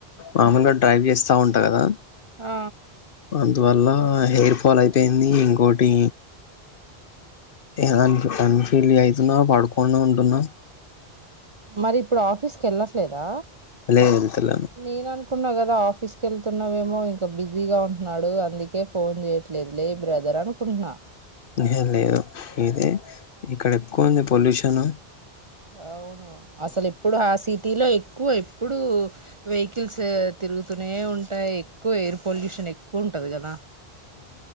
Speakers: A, on the left (about 60°); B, on the right (about 35°).
A: మామూలుగా డ్రైవ్ చేస్తా ఉంటా కదా
B: ఆ
A: అందువల్ల హెయిర్ ఫాల్ అయిపోయింది ఇంకోటి అ అన్ఫలి అవుతున్నా పడుకోండా ఉంటున్నా
B: మరి ఇప్పుడు ఆఫీస్కి వెళ్ళట్లేదా
A: లేదు వెళ్తలేను
B: నేన అనుకు అనున్నా కదా ఆఫీస్ క వెళ్తున్నావేమో ఇంకా బిజీగా ఉంటున్నాడు అందుకే ఫోన్ చేయట్లేదు లే బ్రదర్ రనుకున్నా
A: ఏ లేదు ఇది ఇక్కడ ఎక్కువ ఉంది పొల్యూషను
B: అవును అసలు ఎప్పుడు ఆ సిటీలో ఎక్కువ ఎప్పుడు వెహికల్స్ తిరుగుతూనే ఉంటాయి ఎక్కువ ఎయిర్ పొల్యూషన్ ఎక్కువ ఉంటది కదా